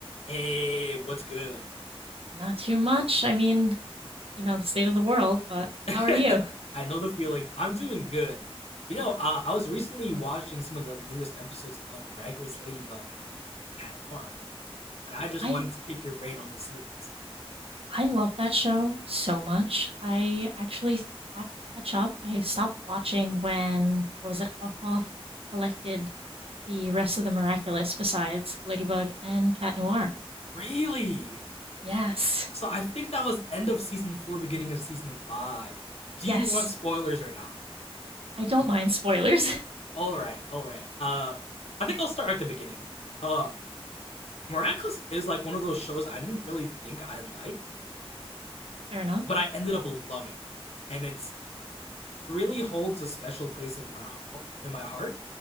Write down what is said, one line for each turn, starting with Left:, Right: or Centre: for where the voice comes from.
Left: Hey, what's good?
Right: Not too much. I mean, you know, the state of the world, but
Left: <laughs>
Right: how are you?
Left: I know the feeling. I'm doing good. You know, uh, I was recently watching some of the newest episodes of Miraculous Ladybug Cat Noir, and I just
Right: I
Left: wanted to pick your brain on the series.
Right: I love that show so much. I actually have to catch up. I stopped watching when what was it, Hawkmoth collected the rest of the Miraculous besides Ladybug and Cat Noir.
Left: Really?
Right: Yes.
Left: So I think that was end of season four, beginning of season five. Do
Right: Yes.
Left: you want spoilers or not?
Right: I don't mind spoilers. <laughs>
Left: All right, all right. Uh, I think I'll start at the beginning. Uh, Miraculous is like one of those shows I didn't really think I'd like,
Right: Fair enough.
Left: but I ended up loving, and it's really holds a special place in my hall, in my heart,